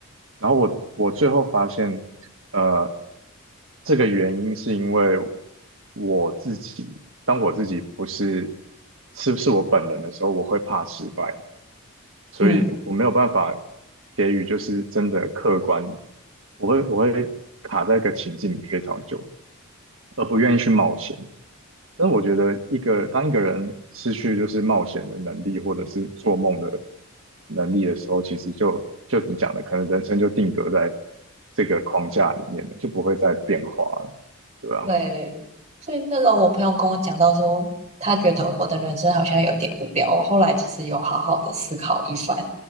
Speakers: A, on the right; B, on the right.
A: 然后我我最后发现，呃，这个原因是因为我自己，当我自己不是是不是我本人的时候，我会怕失败，所以我没有办法
B: 嗯。
A: 给予就是真的客观，我会我会卡在一个情境里非常久，而不愿意去冒险。但我觉得一个当一个人失去就是冒险的能力，或者是做梦的能力的时候，其实就就你讲的，可能人生就定格在这个框架里面了，就不会再变化了，对吧？
B: 对，所以那时候我朋友跟我讲到说，他觉得我的人生好像有点无聊。我后来其实有好好的思考一番，